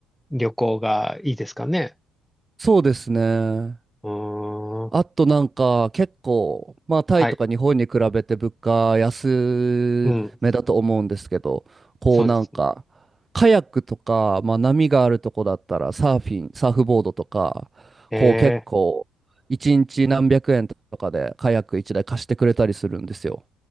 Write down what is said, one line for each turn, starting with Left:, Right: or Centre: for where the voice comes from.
Centre: 旅行がいいですかね。
Right: そうですね。
Centre: うーん。
Right: あとなんか結構、まあタイとか日本に比べて物価安めだと思うんですけど、
Centre: はい。うん。
Right: こうなんか、
Centre: そうですね。
Right: カヤックとか、まあ波があるとこだったらサーフィン、サーフボードとか、
Centre: へえ。
Right: こう結構、一日何百円とかでカヤック一台貸してくれたりするんですよ。